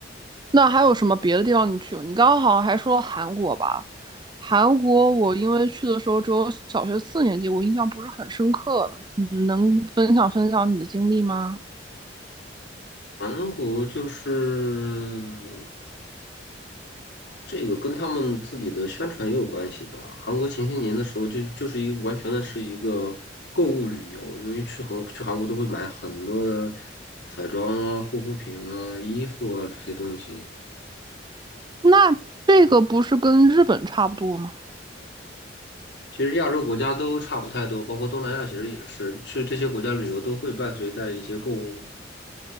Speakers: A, on the right; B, on the left.
A: 那还有什么别的地方你去过你刚刚好像还说韩国吧？韩国我因为去的时候只有小学四年级，我印象不是很深刻了。你能分享分享你的经历吗？
B: 韩国就是这个跟他们自己的宣传也有关系吧。韩国前些年的时候就，就是一个完全的是一个购物旅游，因为去韩去韩国都会买很多的彩妆啊、护肤品啊、衣服啊这些东西。
A: 那这个不是跟日本差不多吗？
B: 其实亚洲国家都差不太多，包括东南亚其实也是，去这些国家旅游都会伴随带一些购物。